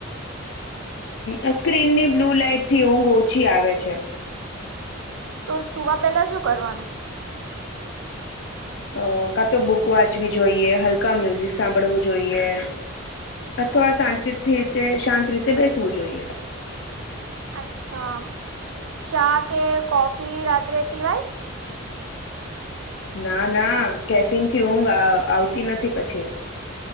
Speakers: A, on the left; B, on the right.
A: અમ સ્ક્રીન ની બ્લુ લાઈટ થી ઊંઘ ઓછી આવે છે
B: તો સુવા પેલા શું કરવાનું
A: અ કા તો બુક વાંચવી જોઈએ હલકા મ્યુઝિક સાંભળવું જોઈએ અથવા શાંતિથી રીતે શાંત રીતે બેસવું જોઈએ
B: અચ્છા ચા કે કોફી રાત્રે પીવાય
A: ના ના કેફિન થી ઊંઘ આવતી નથી પછી